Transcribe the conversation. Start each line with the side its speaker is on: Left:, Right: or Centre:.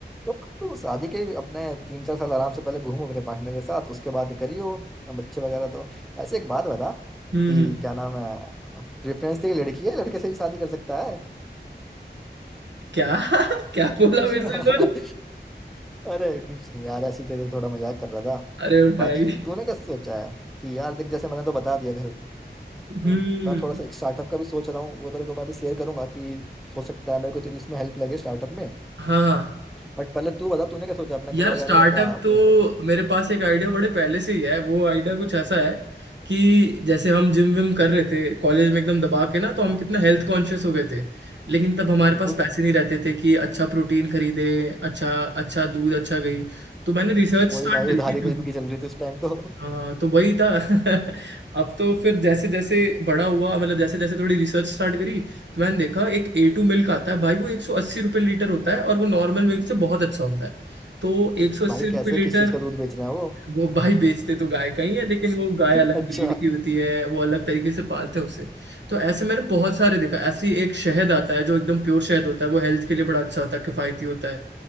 Centre: तो अब तो शादी के अपने तीन चार साल आराम से पहले घूमो अपने पार्टनर के साथ उसके बाद करियो अब बच्चे वगैरह तो वैसे एक बात बता
Right: हम्म
Centre: कि
Right: हम्म।
Centre: क्या नाम है प्रेफरेंस तेरी लड़की है लड़के से भी शादी कर सकता है
Right: क्या <laughs> क्या बोला मेरे
Centre: <laughs>
Right: से बोल
Centre: अरे कुछ नहीं यार ऐसी तेरे से थोड़ा मजाक कर रहा था
Right: अरे
Centre: बाकी
Right: भाई
Centre: तूने कैसे सोचा है कि यार देख जैसे मैंने तो बता दिया घर
Right: हम्म
Centre: मैं थोड़ा सा एक स्टार्टअप का भी सोच रहा हूँ वो तेरे को मैं भी शेयर करूंगा कि हो सकता है मेरे को तेरी इसमें हेल्प लगे स्टार्टअप में
Right: हाँ
Centre: बट पहले तू बता तूने क्या सोचा अपना घर
Right: यार
Centre: वगैरह
Right: स्टार्टअप
Centre: का क्या आप
Right: तो मेरे पास एक आइडिया बड़े पहले से ही है वो आइडिया कुछ ऐसा है कि जैसे हम जिम विम कर रहे थे कॉलेज में एकदम दबा के ना तो हम
Centre: हाँ
Right: कितना हेल्थ कॉन्शियस हो गए थे लेकिन तब हमारे
Centre: बिल्कुल
Right: पास पैसे नहीं रहते थे कि अच्छा प्रोटीन खरीदे अच्छा अच्छा दूध अच्छा घी तो मैंने रिसर्च
Centre: वही
Right: स्टार्ट
Centre: भाई उधारी
Right: करी थी
Centre: पे जिंदगी चल रही थी उस टाइम तो
Right: हाँ तो वही था <laughs> अब तो फिर जैसे जैसे बड़ा हुआ मतलब जैसे जैसे थोड़ी रिसर्च स्टार्ट करी तो मैंने देखा एक ए टू मिल्क आता है भाई वो एक सौ अस्सी रुपये लीटर होता है और वो नॉर्मल मिल्क से बहुत अच्छा होता है तो
Centre: <laughs>
Right: एक सौ अस्सी
Centre: भाई
Right: रुपये
Centre: कैसे
Right: लीटर
Centre: किस चीज का दूध बेच रहे हैं वो
Right: वो भाई बेचते तो गाय का ही है लेकिन वो
Centre: <laughs>
Right: गाय अलग
Centre: अच्छा
Right: ब्रीड की होती है वो अलग तरीके से पालते हैं उसे तो ऐसे मैंने बहुत
Centre: अच्छा
Right: सारे देखा ऐसी एक शहद आता है जो एकदम प्योर शहद होता है वो हेल्थ के लिए बड़ा अच्छा होता है किफायती होता है